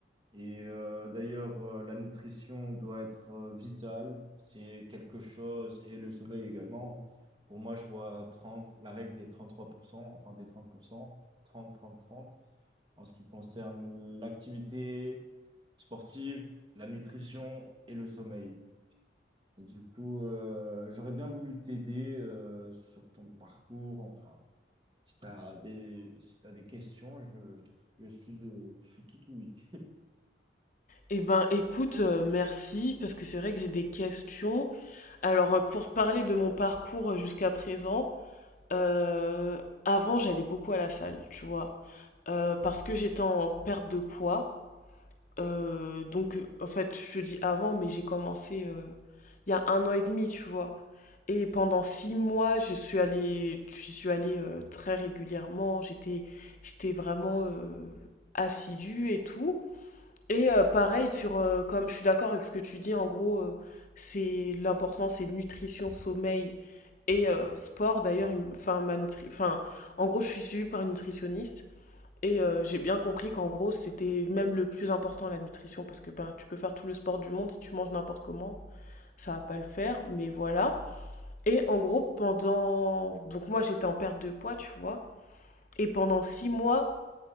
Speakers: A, on the right; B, on the left.
A: et euh, d'ailleurs, euh, la nutrition doit être euh, vitale. C'est quelque chose, et le sommeil également. hein. Pour moi, je vois 30 la règle des 33% enfin des 30% 30 30 30 en ce qui concerne l'activité sportive, la nutrition et le sommeil. Et du coup, euh, j'aurais bien voulu t'aider euh, sur ton parcours. Enfin, si tu as des, si t'as des questions, je, je suis, euh, je suis tout oui. <laughs>
B: Eh ben, écoute, heu, merci parce que c'est vrai que j'ai des questions. Alors, heu, pour te parler de mon parcours, heu, jusqu'à présent, heu, avant j'allais beaucoup à la salle, tu vois? Heu, parce que j'étais en perte de poids, heu, donc, heu, en fait, je te dis avant, mais j'ai commencé, heu, il y a un an et demi, tu vois? Et pendant 6 mois, je suis allée je suis allée, heu, très régulièrement. J'étais j'étais vraiment, heu, assidue et tout. Et euh, pareil, sur, euh, comme je suis d'accord avec ce que tu dis, en gros, euh, c'est l'important, c'est nutrition, sommeil et euh, sport. D'ailleurs, il m- enfin, ma nutri- enfin, en gros, je suis suivie par une nutritionniste et euh, j'ai bien compris qu'en gros, c'était même le plus important, la nutrition, parce que ben, tu peux faire tout le sport du monde si tu manges n'importe comment. Ça va pas le faire, mais voilà. Et en gros, pendant... Donc moi, j'étais en perte de poids, tu vois. Et pendant six mois,